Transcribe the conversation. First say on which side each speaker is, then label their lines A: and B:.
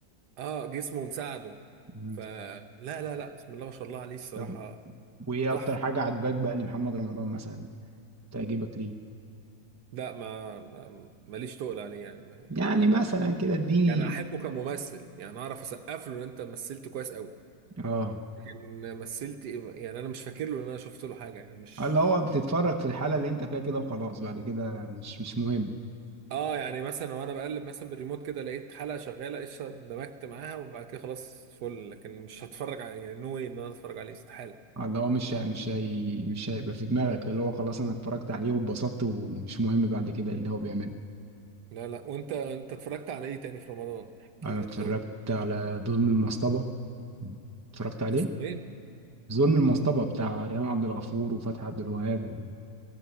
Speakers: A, on the right; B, on the right.
A: اه جسمه مساعده
B: مم.
A: فلا لا لا لا، بسم الله ما شاء الله عليه الصراحة
B: طب وايه
A: تحفة
B: اكتر حاجه عجباك بقى لمحمد رمضان مثلا تعجبك ليه
A: لا ما ما- ماليش تقل عليه يعني ما-
B: يعني مثلا كده اديني
A: يعني احبه كممثل يعني اعرف اسقف له ان انت مثلت كويس قوي
B: اه
A: لكن مثلت إيه- يعني انا مش فاكر له ان انا شفت له حاجة يعني مش
B: اللي هو بتتفرج في الحاله اللي انت فيها كده وخلاص بعد كده مش مش مهم
A: اه يعني مثلا وانا بقلب مثلا بالريموت كده لقيت حلقة شغالة قشطة اندمجت معاها وبعد كده خلاص فل لكن مش هتفرج عليه يعني نو واي ان انا اتفرج عليه استحالة
B: اللي هو مش هي- مش هي مش هيبقى في دماغك اللي هو خلاص انا اتفرجت عليه واتبسطت ومش مهم بعد كده ايه اللي هو بيعمله
A: لا لا وانت انت اتفرجت على ايه تاني في رمضان احكي
B: انا
A: لي
B: اتفرجت
A: انت قول
B: على ظلم المصطبة اتفرجت عليه
A: اسماعيل
B: ظلم المصطبة بتاع ريهام عبد الغفور وفتحي عبد الوهاب